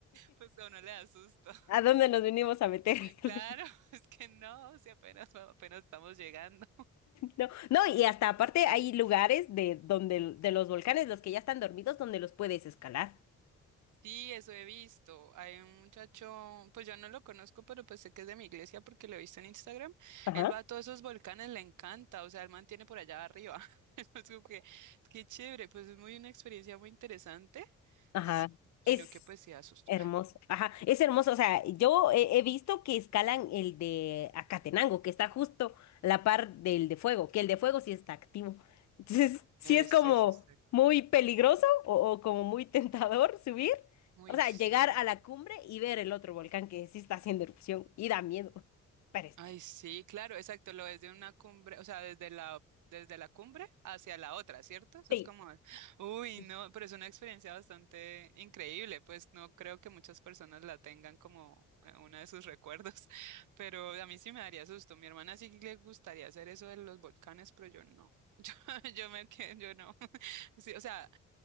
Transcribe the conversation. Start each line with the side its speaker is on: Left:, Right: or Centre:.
Right: pues a uno le da susto. <laughs>
Left: ¿A dónde nos venimos a meter? <laughs>
Right: Claro, es que no, si apenas, apenas estamos llegando.
Left: No, no, y hasta aparte hay lugares de donde de los volcanes, los que ya están dormidos, donde los puedes escalar.
Right: Sí, eso he visto. Hay un muchacho, pues yo no lo conozco, pero pues sé que es de mi iglesia porque lo he visto en Instagram.
Left: Ajá.
Right: Él va a todos esos volcanes, le encanta, o sea, él mantiene por allá arriba. <laughs> Es como que, qué chévere, pues es muy una experiencia muy interesante,
Left: Ajá,
Right: sí, sino
Left: es
Right: que pues sí asusto.
Left: hermoso.
Right: <laughs>
Left: Ajá, es hermoso. O sea, yo he, he visto que escalan el de Acatenango, que está justo a la par del de Fuego, que el de Fuego sí está activo. Entonces, sí
Right: Ese
Left: es como
Right: es activo.
Left: muy peligroso o, o como muy tentador subir.
Right: Uy
Left: O sea,
Right: sí.
Left: llegar a la cumbre y ver el otro volcán que sí está haciendo erupción y da miedo. Pero es
Right: Ay,
Left: ch-
Right: sí, claro, exacto, lo ves de una cumbre, o sea, desde la, desde la cumbre hacia la otra, ¿cierto? Eso
Left: sí.
Right: es como, uy,
Left: sí.
Right: no, pero es una experiencia bastante increíble, pues no creo que muchas personas la tengan como eh, una de sus recuerdos, <laughs> pero a mí sí me daría susto. Mi hermana sí le gustaría hacer eso de los volcanes, pero yo no. <laughs> Yo, yo me quedo, yo no. <laughs> Sí, o sea,